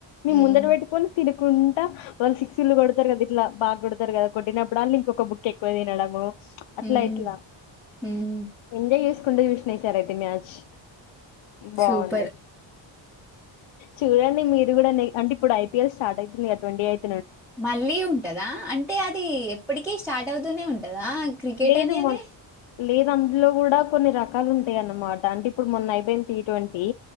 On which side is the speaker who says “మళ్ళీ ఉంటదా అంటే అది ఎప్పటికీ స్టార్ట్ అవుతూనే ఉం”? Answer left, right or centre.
Centre